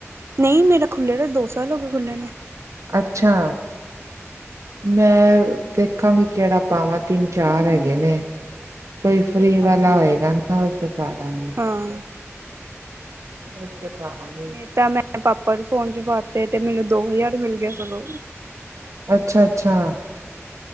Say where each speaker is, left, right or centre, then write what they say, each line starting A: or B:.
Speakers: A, on the right (about 60°); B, on the right (about 85°).
A: ਨਹੀਂ ਮੇਰਾ ਖੁੱਲ੍ਹਿਆ ਦਾ ਦੋ ਸਾਲ ਹੋਗੇ ਖੁੱਲ੍ਹੇ ਨੂੰ।
B: ਅੱਛਾ ਮੈਂ ਦੇਖਾਂਗੀ ਕੇੜਾ ਪਾਵਾਂ ਤਿੰਨ -ਚਾਰ ਹੈਗੇ। ਗੇ ਨੇ। ਕੋਈ ਫ੍ਰੀ ਵਾਲਾ ਹੋਏਗਾ ਨਾ ਓ'ਚ ਪਾ ਦਾਂਗੇ।
A: ਹਾਂ
B: <inaudible> ਚ'ਪਾਂ ਗੇ।
A: ਨਈ ਤਾਂ ਮੈਂ ਪਾਪਾ ਦੇ ਫੋਨ' ਚ ਪਾਤੇ ਤੇ ਮੈਨੂੰ ਦੋ ਹਜ਼ਾਰ ਮਿਲ ਗਿਆ ਸਗੋਂ।
B: ਅੱਛਾ -ਅੱਛਾ।